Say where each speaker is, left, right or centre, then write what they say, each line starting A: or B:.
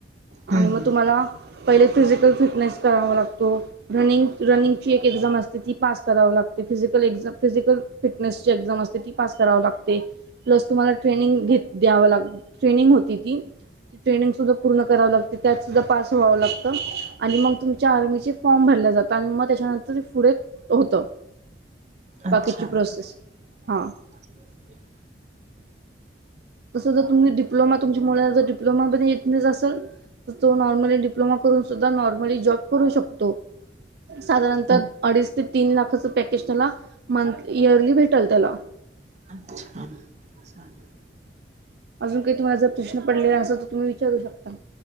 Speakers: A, on the right (about 60°); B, on the right (about 40°).
A: आणि
B: हं
A: मग
B: हं
A: तुम्हांला पहिले फिजिकल फिटनेस करावा लागतो. रनिंग रनिंग ची एक एक्झाम असते ती पास करावी लागते फिजिकल एक्झाम फिजिकल फिटनेसची एक्झाम असते ती पास करावी लागते, प्लस तुम्हांला ट्रेनिंग घेत द्याव लाग ट्रेनिंग होती ती. ट्रेनिंग सुधा पूर्ण कराव लागते त्यात सुद्धा पास व्हावं लागत आणि मग तुमच्या आर्मीची फॉर्म भरला जातो आणि मग त्याच्यानंतर पुढे होत. बाकीची
B: अच्छा
A: प्रोसेस हां.
B: <inaudible>
A: तस जर तुम्ही डिप्लोमा तुमच्या मुली जर डप्लोमा पण असल तर तो नॉर्मली डिप्लोमा करून सुद्धा नॉर्मली जॉब करू शकतो. साधारणतः
B: ओके
A: अडीच ते तीन लाखाचं पॅकेज त्याला मंथ इयरली भेटेल त्याला.
B: अच्छा! चालल.
A: अजून काही तुम्हाला जर प्रश्न पडलेले असल तर तुम्ही विचारू शकता.